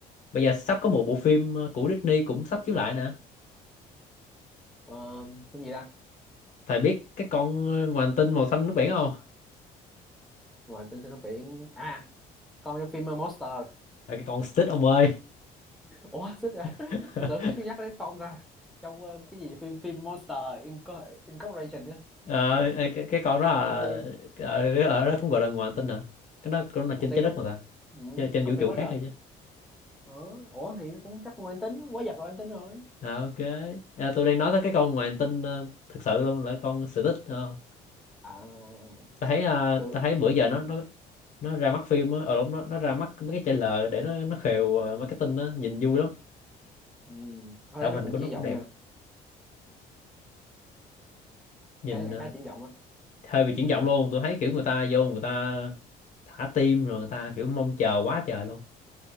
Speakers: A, on the left; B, in the centre.
A: bây giờ sắp có một bộ phim ờ, của Disney cũng sắp chiếu lại nè
B: ờ phim gì ta
A: thầy biết cái con ờ, ngoài hành tinh màu xanh nước biển không
B: ngoài tên sinh nó biển à con trong phim uh, Monster
A: À, cái con Stitch ông ơi
B: ủa xích ra <laughs>
A: <laughs>
B: tôi tưởng nhắc đến con rồi trong uh, cái gì phim phim Monster Inco- Incorporation á
A: Ờ, ê, cái, cái con đó là
B: công ty
A: ở, ở đó cũng gọi là ngoài hành tinh hả cái đó cũng là
B: công
A: trên
B: ty
A: trái đất mà ta
B: ừ,
A: chứ là trên
B: công
A: vũ
B: ty
A: trụ
B: quái
A: khác
B: vật
A: hay chứ
B: Ờ, ủa thì nó cũng chắc là mang tính quái vật là mang tính rồi
A: Ờ, ok à, tôi đang nói tới cái con ngoài hành tinh ờ, thật sự luôn là con Stitch Ờ.
B: à
A: ta thấy ờ,
B: Tôi
A: ta thấy bữa giờ nó nó nó ra mắt phim á ở lúc nó nó ra mắt mấy cái trailer để nó nó khều ờ, marketing á nhìn vui lắm
B: ừ. thấy
A: tạo
B: nó
A: hình
B: cũng
A: của
B: triển
A: nó cũng
B: vọng
A: đẹp
B: nha
A: nhìn
B: thấy là
A: ờ,
B: khá triển vọng á
A: hơi bị chuyển động luôn tôi thấy kiểu người ta vô người ta thả tim rồi người ta kiểu mong chờ quá trời luôn